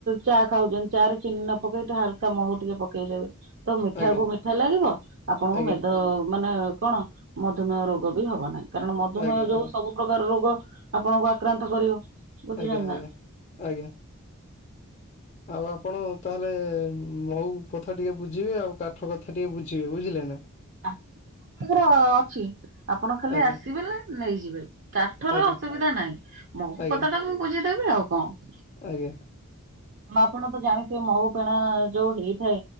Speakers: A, on the right; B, on the left.
A: ଚା ଖାଉଚନ୍ତି ଚା ରେ ଚିନି ନ ପକେଇ ଟିକେ ହାଲକା ମହୁ ଟିକେ ପକେଇ ଦେବେ। ତ ମିଠା
B: ଆଜ୍ଞା
A: କୁ ମିଠା ଲାଗିବ ଆପଣଙ୍କୁ
B: ଆଜ୍ଞା
A: ମେଦ ମାନେ କଣ ମଧୁମେହ ରୋଗ୍ ଗ ବି ହବ ନାହିଁ କାରଣ ମଧୁମେହ
B: ଆଜ୍ଞା ଆଜ୍ଞା ଆଜ୍ଞା
A: ଯୋଗୁଁ ସବୁ ପ୍ରକାର ରୋଗ ଆପଣଙ୍କୁ ଆକ୍ରାନ୍ତ କରିବ ବୁଝୁଚନ୍ତି
B: ଆଜ୍ଞା
A: ନାଁ
B: ଆଜ୍ଞା
A: ନାଇଁ।
B: ଆଜ୍ଞା। ଆଉ ଆପଣ ତାହେଲ୍ ଲେ ମହୁ କଥା ଟିକେ ବୁଝିବେ ଆଉ କାଠ କଥା ଟିକେ ବୁଝିବେ ବୁଝିଲେ ନା।
A: ଆ <inaudible> ତାଙ୍କର ଅଛି। ଆପଣ ଖାଲି
B: ଆଜ୍ଞା
A: ଆସିବେଲେ ନେଇଯିବେ କାଠର
B: ଆଜ୍ଞା
A: ଅସୁବିଧା ନାଇଁ। ମହୁ
B: ଆଜ୍ଞା
A: କଥାଟା ମୁଁ ବୁଝିଦେବି ଆଉ କଣ।
B: ଆଜ୍ଞା।
A: ଆ ଆପଣ ତ ଜାଣିଥିବେ ମହୁ ପେଣା ଯୋଉ ହେଇଥାଏ